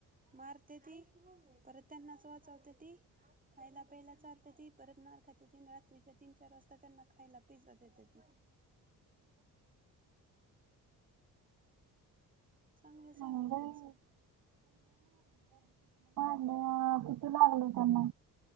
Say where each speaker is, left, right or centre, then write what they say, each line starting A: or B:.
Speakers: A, on the right; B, on the right.
A: मारत्याती परत त्यांनाच वाचवत्याती खायला प्यायला चारत्याती परत मार खात्याती अन् रात्रीच्या तीन चार वाजता त्यांना खायला पिझ्झा देत्याती चांगलं
B: कसलं
A: चाललंय
B: बाई
A: त्यांचं
B: बया किती लागल त्यांना